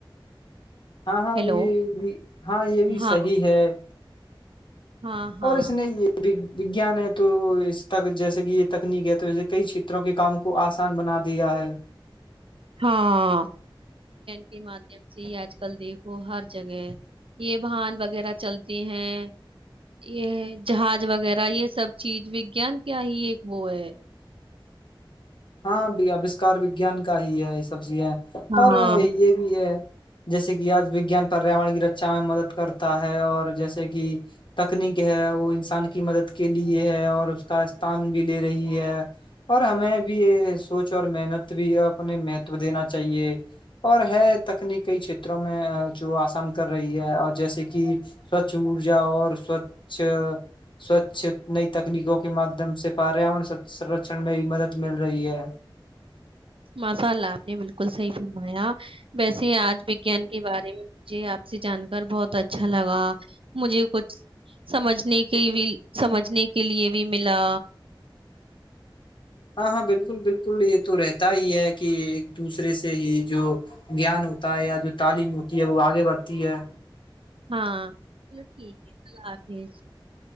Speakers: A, on the left; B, on the right.
A: ہاں ہاں
B: ہیلو
A: یہ بھی ہاں یہ بھی
B: ہاں
A: صحی ہے
B: ہاں ہاں
A: اور اس نے یہ بھی وگیان ہے تو اس تک جیسے کہ یہ تکنیک ہے توسے کئی چھیتروں کے کام کو آسان بنا دیا ہے
B: ہاں کے مادھیم سے یہ آج کل دیکھو ہر جگہ یہ واہن وغیرہ چلتے ہیں یہ جہاز وغیرہ یہ سب چیز وگان کیا ہی ایک وہ ہے
A: ہاں آوشکار وگیان کا ہی ہے یہ سب چیزیں
B: ہاں
A: اور یہ بھی ہے جیسے کہ آج وگیان پریاور کی رکچا میں مدد کرتا ہے اور جیسے کہ تکنیک ہے وہ انسان کی مدد کے لیے ہے اور اس کا استان بھی لے رہی ہے اور ہمیں بھی سوچ اور محنت بھی اپنے مہتو دینا چاہیے اور ہے تکنیک کئی چھیتروں میں جو آسان کر رہی ہے اور جیسے کہ سوچھ ارجا اور سوچھ سوچھ نئی تکنیکوں کے مادھیم سے پریاورن سرچن میں بھی مدد مل رہی ہے
B: ماساء اللہ آپ نے بالکل صحی فرمایا ویسے آج وجیان کے بارے میں مجھے آپ سے جان کر بہت اچھا لگا مجھے کچھ سمجھنے کے بھی سمجھنے کے لیے بھی ملا
A: ہاں ہاں بالکل بالکل یہ تو رہتا ہی ہے کہ ایک دوسرے سے ہی جو گیان ہوتا ہے یا جو تعلیم ہوتی ہے وہ آگے بڑھتی ہے
B: ہاں چلو ٹھیک ہے کل آ جیز <inaudible>